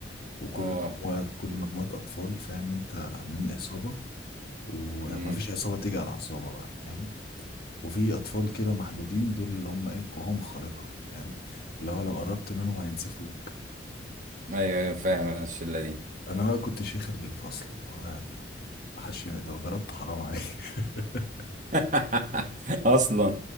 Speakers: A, on the left; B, on the right.
A: وكل
B: اه
A: مجموعه كل مجموعه اطفال فاهم انت عاملين عصابه وما
B: امم
A: فيش عصابه تيجي على عصابه بقى فاهم وفي اطفال كده محدودين دول اللي هم ايه قواهم خارقه فاهم اللي هو لو قربت منهم هينسفوك
B: ايوه ايوه فاهم أنا الشله دي
A: انا بقى كنت شيخ الفصل اللي هو محدش يم- لو ضربته حرام عليك <laughs>
B: <laughs> اصلا